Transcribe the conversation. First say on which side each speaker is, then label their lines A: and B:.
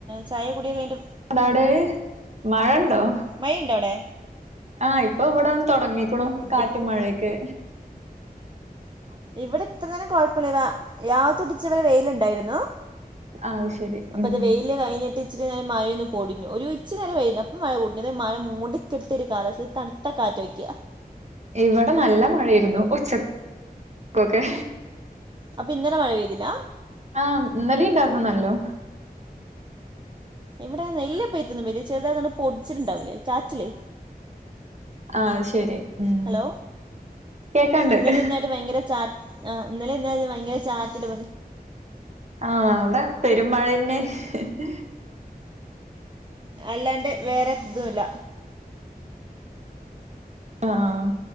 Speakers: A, on the right (about 30°); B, on the right (about 45°).
A: ചായ കൂടിയൊക്കെ അയിന്റെ
B: അടവിടെ മഴ ഉണ്ടോ
A: മൈ ഉണ്ട അവിടെ
B: ആഹ് ഇപ്പൊ ഇവിടൊന്ന് തുടങ്ങിക്ക്‌ണു
A: ഇവി
B: കാറ്റും മഴേക്കെ
A: ഇവിടെ ഇത്ര നേരം കുഴപ്പില്ല രാവിലെത്തൊട്ട് ഇച്ചിരെ വെയിലുണ്ടായിരുന്നു
B: ആഹ് അത് ശരി
A: അപ്പൊ
B: ഉം
A: ഇത് വെയില് കഴിഞ്ഞിട്ട് ഇച്ചരി നേരം മഴയൊന്ന് പൊടിഞ്ഞു. ഒരു ഇചിരി നേരേം വെയിലേർന്നു അപ്പ മഴ പൊടിഞ്ഞു. അത് മഴ മൂടിക്കെട്ടിയ ഒരു കാലാവസ്ഥണ ത കാറ്റോയ്ക്ക
B: ഇവിടെ നല്ല മഴായിരുന്നു ഉച്ചക്കൊക്കെ
A: അപ്പൊ ഇന്നലെ മഴ പെയ്തില്ലാ
B: ആഹ ഇന്നലിംണ്ടായിരുന്നു നല്ലോ
A: ഇവിടെ വെല്യ പെയ്ത്ത് ഒന്നും പെയ്തില്ല. ചെറുതായി പൊടിച്ചിലുണ്ടാവില്ലേ ചാറ്റിലേ
B: ആഹ് ശരി ഉം
A: ഹലോ
B: കേക്കാണ്ട്
A: ഇന്നലെ ഈ നേ ഭയങ്കര ചാറ്റ് ആ ഇന്നലെ ഇന്നേരത്ത് ഭയങ്കര ചാറ്റൽ
B: ആഹ അവിടെ പെരുമഴെന്നെ <unintelligible>
A: അല്ലാണ്ട് വേറെ ഇതുമല്ല
B: ആഹ്